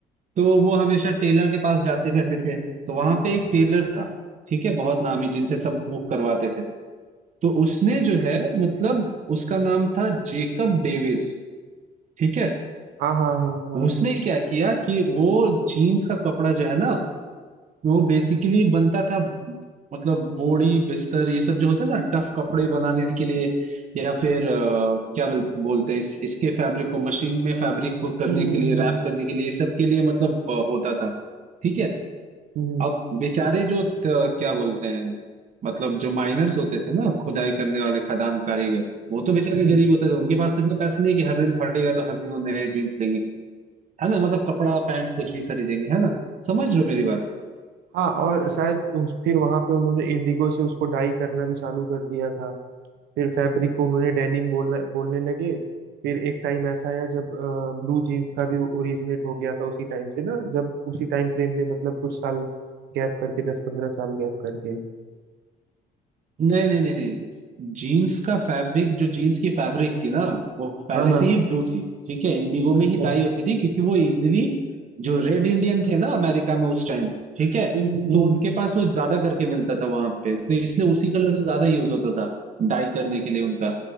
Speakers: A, on the right; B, on the right.
A: तो वो हमेशा टेलर के पास जाते रहते थे तो वहां पे एक टेलर था ठीक है बहुत नामी जिनसे सब वो करवाते थे तो उसने जो है मतलब उसका नाम था जेकब डेविस ठीक है
B: हाँ हाँ हाँ हाँ
A: उसने क्या किया कि वो जीन्स का कपड़ा जो है ना वो बेसिकली बनता था मतलब बोड़ी बिस्तर ये सब जो होता है ना टफ कपड़े बनाने के लिए या फिर अ, क्या बोल- बोलते हैं इस, इसके फैब्रिक को मशीन में फैब्रिक को करने
B: हम्म
A: के
B: हम्म
A: लिए
B: हम्म
A: रैप करने
B: हम्म
A: के लिए ये सब के लिए मतलब अ, होता था ठीक है
B: हम्म,
A: अब बेचारे जो त- क्या बोलते हैं मतलब जो माइनर्स होते थे ना खुदाई करने वाले खदान कारीगर वो तो बेचारे
B: हम्म,
A: गरीब होते थे उनके पास तो इतना पैसा नहीं है कि हर दिन फटेगा तो हर दिन वो नए जीन्स लेंगे है ना मतलब कपड़ा पैंट कुछ भी खरीदेंगे है ना समझ रहे हो मेरी बात
B: हाँ और शायद उस फिर वहां पे उन्होंने इंडिगो से उसको डाई करना भी चालू कर दिया था फिर फैब्रिक को उन्होंने डेनिम बोलने बोलने लगे फिर एक टाइम ऐसा आया जब ब्लू जीन्स का भी ओरिजिनेट हो गया था उसी टाइम से ना जब उसी टाइम फ्रेम में मतलब कुछ साल गैप करके दस पंद्रह साल गैप करके
A: नहीं नहीं नहीं नहीं जीन्स का फैब्रिक जो जीन्स की फैब्रिक थी ना वो पहले
B: हाँ हाँ
A: से ही ब्लू थी ठीक है इंडिगो
B: अच्छा
A: में ही डाई होती थी क्योंकि वो इजीली जो रेड इंडियन थे ना अमेरिका में उस टाइम ठीक है
B: हम्म हम्म, हम्म।
A: तो उनके पास वो ज्यादा करके मिलता था वहां पे तो इसलिए उसी कलर का ज्यादा यूज होता था डाई करने के लिए उनका